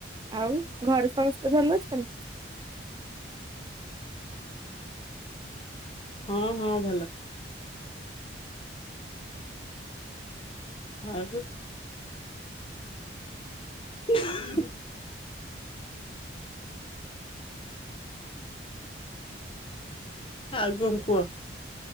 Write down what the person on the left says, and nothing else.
ହଁ ହଁ ଭଲ। <unintelligible> ହ ଆଉ କଣ କୁହ।